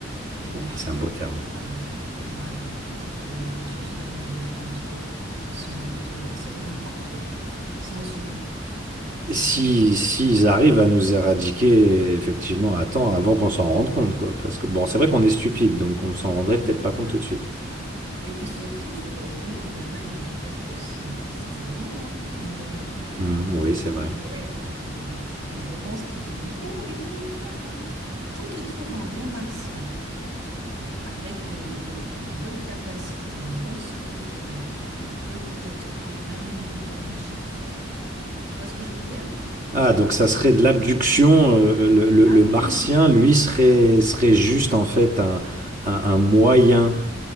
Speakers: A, on the right; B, on the right.
A: Et puis,
B: Bon, c'est un beau
A: euh,
B: terme.
A: puis voilà. Voilà. Et ils vivraient heureux entre eux, dans ce monde, dans ce monde parfait, sans humains, en
B: Si,
A: train de manger.
B: s'ils
A: Voilà.
B: arrivent à nous éradiquer, effectivement, à temps, avant qu'on s'en rende compte, quoi. Parce que, bon, c'est vrai qu'on est stupide, donc on s'en rendrait peut-être
A: Oui, c'est
B: pas compte
A: ça.
B: tout de suite.
A: Et puis surtout, faut pas oublier que l'humain a une faiblesse pour ce- ces animaux, hein, mine de rien.
B: Hmm, oui,
A: C'est
B: c'est
A: quand
B: vrai.
A: je... Oui, yes. Donc je pense qu'ils ils pourront, ils pourront le faire. hein. Tant qu'ils trouvent un bon martien avec euh, des- une bonne capacité, une bonne soucoupe volante, qui peut peut-être te prendre un million d'humains à chaque fois, tu vois ce que je veux dire? Donc
B: Ah,
A: ça
B: donc
A: part
B: ça
A: vite.
B: serait de l'abduction. euh, le, le-
A: Ah
B: le martien,
A: oui, bah
B: lui,
A: oui.
B: serait, serait juste, en fait, un, un, un moyen